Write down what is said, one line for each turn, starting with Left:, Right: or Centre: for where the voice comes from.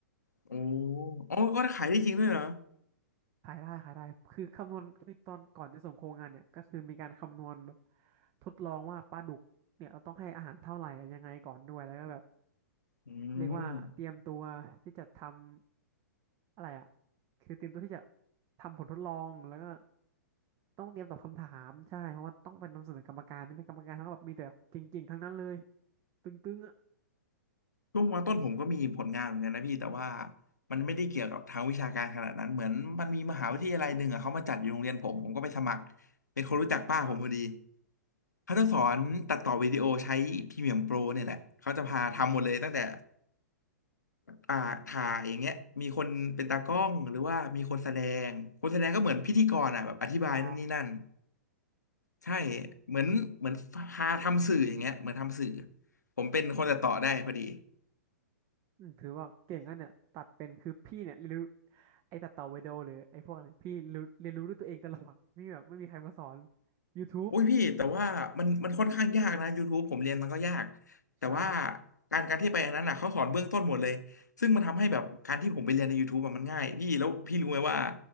Left: โอ้โหอ๋ก็ขายได้จริงด้วยเหรอ
Right: ขายได้ขายได้คือคำนวณคือตอนก่อนจะส่งโครงงานเนี่ยก็คือมีการคำนวณแบบทดลองว่าปลาดุกเนี่ยเราต้องให้อาหารเท่าไหร่ยังไงก่อนด้วยแล้วก็แบบ
Left: อื
Right: เรียกว่าเตรียมตัวที่จะท
Left: ม
Right: ำอะไรอ่ะคือเตรียมตัวที่จะทำผลทดลองแล้วก็ต้องเตรียมตอบคำถามใช่เพราะว่าต้องเป็นนำเสนอกรรมการใช่ไหมกรรมการทั้งแบบมีแต่เก่งๆทั้งนั้นเลยตึงๆอ่ะ
Left: ช่วงมต้นผมก็มีผลงานเหมือนกันนะพี่แต่ว่ามันไม่ได้เกี่ยวกับทางวิชาการขนาดนั้นเหมือนมันมีมหาวิทยาลัยหนึ่งอะเขามาจัดอยู่โรงเรียนผมผมก็ไปสมัครเป็นคนรู้จักป้าผมพอดี
Right: อ่า
Left: เขาจะสอนตัดต่อวิดีโอใช้พรีเมียมโปรเนี่ยแหละเขาจะพาทำหมดเลยตั้งแต่
Right: อืมอม
Left: อ่าถ่ายอย่างเงี้ยมีคนเป็นตากล้องหรือว่ามีคนแสดงคนแสดงก็เหมือนพิธีกรอ่ะแบบอธิบายนู่นนี่นั่น
Right: อ๋อ
Left: ใช่เหมือนเหมือนพาทำสื่ออย่างเงี้ยเหมือนทำสื่อผมเป็นคนตัดต่อได้พอดี
Right: อืม อืมถือว่าเก่งกันเนี่ยตัดเป็นคือพี่เนี่ยเรียนรู้ไอ้ตัดต่อวิดีโอหรือไอ้พวกอะไรพี่รู้เรียนรู้ด้วยตัวเองตลอดมีแบบไม่มีใครมาสอน YouTube
Left: อุ้ยพี่แต่ว่ามันมันค่อนข้างยากนะ YouTube ผมเรียนมันก็ยากแต่ว่า
Right: ใช่
Left: การการที่ไปอันนั้นน่ะเขาสอนเบื้องต้นหมดเลยซึ่งมันทำให้แบบการที่ผมไปเรียนใน YouTube อะมันง่ายพี่แล้วพี่รู้ไหมว่า